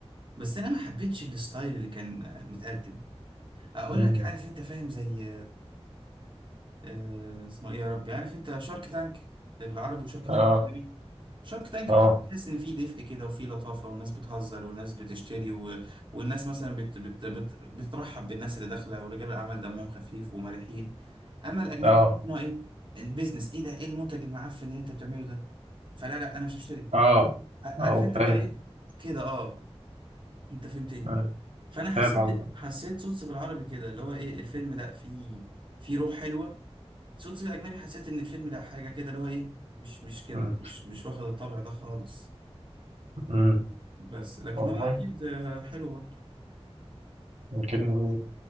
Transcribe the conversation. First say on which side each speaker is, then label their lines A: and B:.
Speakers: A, on the right (about 45°); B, on the right (about 85°).
A: بس انا ما حبيتش الستايل اللي كان آه، متقدم اقول
B: مم.
A: لك عارف انت فاهم زي آه، اسمه ايه يا ربي عارف انت شارك تانك بالعربي وشارك
B: اه
A: تانك بالاجنبي شارك تانك
B: اه
A: بالعربي بتحس ان فيه دفء كده وفيه لطافه والناس بتهزر والناس بتشتري و... والناس مثلا بت... بت... بت... بترحب بالناس اللي داخله ورجال الاعمال دمهم خفيف ومرحين اما الاجنبي
B: اه
A: تحس ان هو ايه بيزنس ايه ده ايه المنتج المعفن اللي انت بتعمله ده فلا لا انا مش هشتري
B: اه
A: ع-
B: اه
A: عارف انت
B: فاهم
A: اللي هو ايه كده اه انت فهمتني
B: آه،
A: فانا حسيت
B: فاهم قصدك
A: حسيت صوت بالعربي كده اللي هو ايه الفيلم لا فيه في روح حلوه شفت في الأجنبي حسيت إن الفيلم لا حاجة كده اللي هو إيه مش مش كده
B: مم.
A: مش مش واخد الطابع ده خالص
B: امم
A: بس لكن
B: والله
A: هو أكيد آه، حلو برضه
B: يمكن